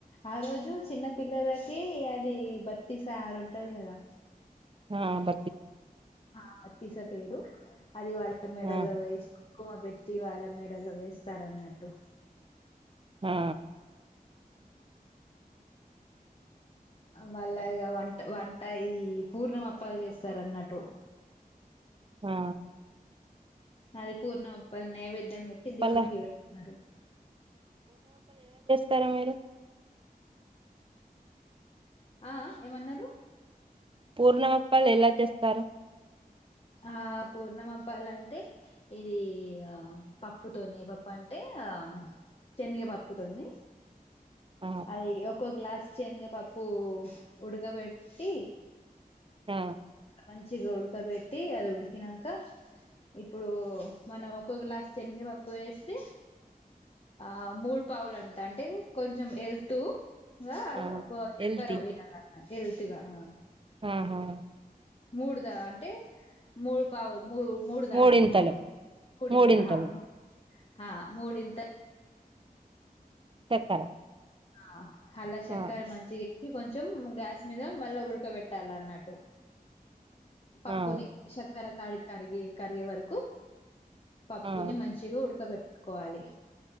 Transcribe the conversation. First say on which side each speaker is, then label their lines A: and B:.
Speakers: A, on the left (about 40°); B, on the right (about 35°).
A: ఆ రోజు చిన్న పిల్లలకి అది బత్తి సారు ఉంటది కదా
B: ఆ బ
A: ఆ మత్తీస పేరు అది వాళ్ళ మెడలో
B: ఆహా
A: వేసి కుంకుమ పెట్ టీ వాళ్ళ మెడలో వేస్తారన్నట్టు
B: ఆ
A: మళ్ళగా వంట వంట ఇది పూర్ణమ అప్పాలు చేస్తారు అన్నట్టు
B: ఆ
A: అది పూర్ణమప్పాల్ నైవ్ ద్యమెట్టి దేవునికి
B: పల్ల
A: పెడుతున్నారు
B: తర మీరు
A: ఆ ఏమన్నారు
B: పూర్ణమప్పాలు ఎలా చేస్తారు?
A: ఆ పూర్ణమప్పాల అంటే ఇది ఆ పప్పుతోనే ఏ పప్పు అంటే ఆ శనగ పప్పుతోని
B: ఆ
A: అది ఒక్కో గ్లాస్ శనగ పప్పు ఉడకబెట్టి
B: ఆ
A: మంచి గోడు ఉక్కబెట్టి అది ఉడికినాక ఇప్పుడు మనం ఒక గ్లాస్ శనగపప్పు వేస్తే ఆ మూడు పావులు అంటా అంటే కొంచెం ఎల్తు వ అలా
B: ఆ
A: <unintelligible>
B: ఎల్తి
A: పోయి అన్నా వెల్తిగా ఆ
B: ఆహా
A: మూడుదా అంటే మూడు పావులు మూ మూడు దనం
B: మూడింతలు
A: అన్నటు కూడింతల
B: మూడింతలు
A: ఆ మూ ఆ మూడింత
B: చక్కర
A: ఆ హల్ల షక్కర్
B: ఆ
A: మంచిగా కొంచెం గ్యాస్ మీద మళ్ళా ఉడకబెట్టాలన్నట్టు పప్పుని
B: ఆ
A: షక్కరా క కరగేకరిగే వరకు పప్పుని
B: ఆ
A: మంచిగా ఉడకబెట్ కోవాలి